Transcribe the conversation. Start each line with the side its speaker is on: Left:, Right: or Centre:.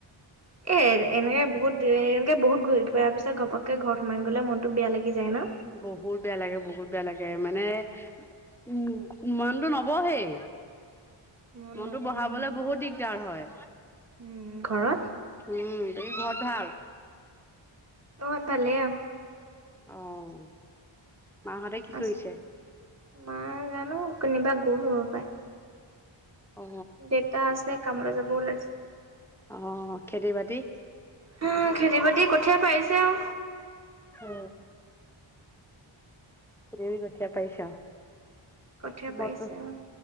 Right: এ, এনেকে বহুত দেৰি এনেকে বহুত ঘূৰি ফুৰাৰ পিছত ঘপককে ঘৰত সোমাই গ'লে মনত বেয়া লাগি যায় ন।
Centre: বহুত বেয়া লাগে বহুত বেয়া লাগে মানে উম, মনতটো নবহেই।
Right: মন
Centre: মনতো
Right: নবহে
Centre: বঢ়াবলে বহুত দিগ ক হয়।
Right: উম ঘৰত
Centre: উম। বাকি ঘৰত ভাল।
Right: অন ভালাও।
Centre: আহ। মাহতে কি
Right: আছো
Centre: কৰিছে?
Right: মা জানো কেনবা গল হ'ব পায়।
Centre: অ
Right: ডটা আছে। কামৰা যাব ওলাইছে।
Centre: অ, খেতি বাতি
Right: হ, খেতি বাতি কঠিয় পাইছে আৰু।
Centre: অ। তবি কঠয়া পাইচা।
Right: কঠীয়া পাৰিছে
Centre: বতৰ
Right: আৰু